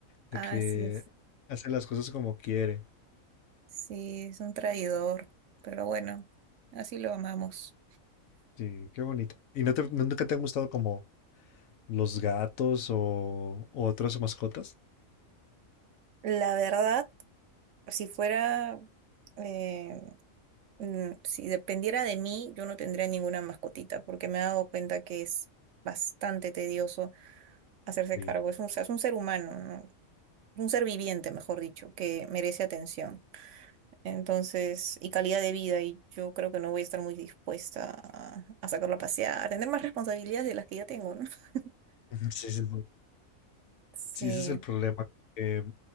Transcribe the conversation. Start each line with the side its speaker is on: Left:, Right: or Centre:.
Left: de
Right: Ah,
Left: que
Right: sí es.
Left: hace las cosas como quiere.
Right: Sí, es un traidor, pero bueno, así lo amamos.
Left: Sí, qué bonito. ¿Y no te, no- nunca te han gustado como los gatos o, o otras mascotas?
Right: La verdad. si fuera, eh, mm, si dependiera de mí, yo no tendría ninguna mascotita, porque me he dado cuenta que es bastante tedioso hacerse
Left: Sí.
Right: cargo. Es un, o sea, es un ser humano, ¿no? Es un ser viviente, mejor dicho, que merece atención. Entonces, y calidad de vida, y yo creo que no voy a estar muy dispuesta a, a sacarlo a pasear, a tener más responsabilidades de las que ya tengo, ¿no? <laughs>
Left: <laughs> Sí, sí, sí.
Right: Sí,
Left: Sí, ese es el problema. que